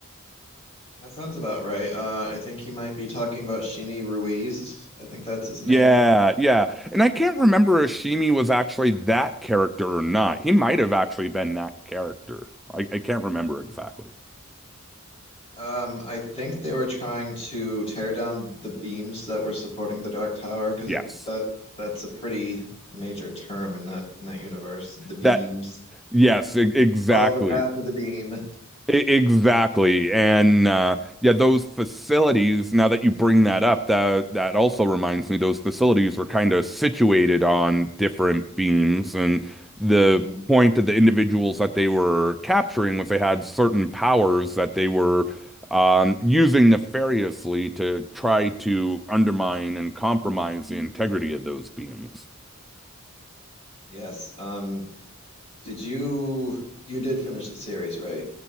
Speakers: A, on the left; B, in the centre.
A: that sounds about right. Uh, I think you might be talking about Shimi Ruiz. I think that's his name.
B: Yeah, yeah. And I can't remember if Shimi was actually that character or not. He might have actually been that character. I, I can't remember exactly.
A: Um, I think they were trying to tear down the beams that were supporting the Dark Tower because
B: Yes.
A: that that's a pretty major term in that in that universe. The beams.
B: That, yes, e- exactly.
A: Follow the path of the beam.
B: E- Exactly. And uh, yeah, those facilities, now that you bring that up, that that also reminds me those facilities were kind of situated on different beams. And the
A: hmm
B: point of the individuals that they were capturing was they had certain powers that they were um, using nefariously to try to undermine and compromise the integrity of those beams.
A: Yes. Um, did you you did finish the series, right?